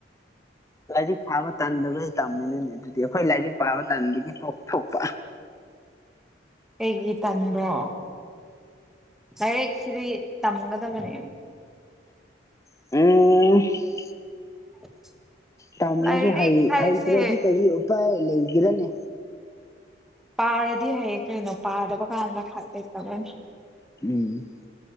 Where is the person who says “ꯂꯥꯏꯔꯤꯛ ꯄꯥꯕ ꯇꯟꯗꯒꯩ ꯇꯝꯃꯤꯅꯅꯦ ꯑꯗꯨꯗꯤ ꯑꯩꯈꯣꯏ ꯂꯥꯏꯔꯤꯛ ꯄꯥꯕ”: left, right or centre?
Left